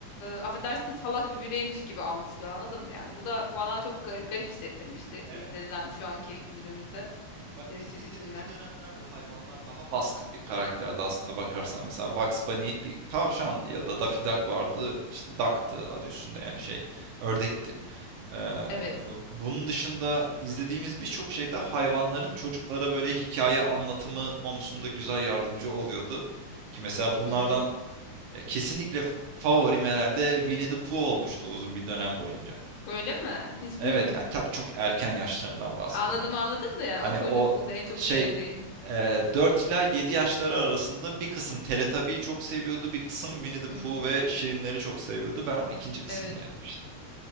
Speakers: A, on the left; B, on the right.
A: affedersin de salak bir bireymiş gibi anlatılıyor anladın mı? Yani bu da bana çok gar- garip hissettirmişti
B: Evet.
A: izlenilen şu anki günümüzde
B: Bak
A: eee,
B: bizim
A: çizgi
B: izlediğimiz
A: filmler.
B: dönemlerde hayvanlar daha baskın bir karakterdi aslında bakarsan. Mesela Bugs Bunny bir tavşandı ya da Daffy Duck vardı. işte Duck'tı adı üstünde yani şey ördekti. Ee,
A: Evet.
B: bunun dışında izlediğimiz birçok şeyde hayvanların çocuklara böyle hikaye anlatımı konusunda güzel yardımcı oluyordu. Ki mesela bunlardan
A: Hı hı.
B: ya kesinlikle f- favorim herhalde Winnie the Pooh olmuştu uzun bir dönem boyunca.
A: Öyle mi? <laughs> Hiç bilmiyordum.
B: Evet ya tabii çok erken yaşlarımdan bahsediyorum.
A: Anladım
B: Hani
A: anladım da yani
B: Hani
A: o çocukluğunda
B: o
A: en çok
B: şey
A: sevdiğin.
B: e, 4 ila 7 yaşları arasında bir kısım Teletubby'yi çok seviyordu. Bir kısım Winnie the Pooh
A: Hı,
B: ve Şirinleri çok seviyordu. Ben o ikinci kısımdaydım
A: Evet.
B: işte.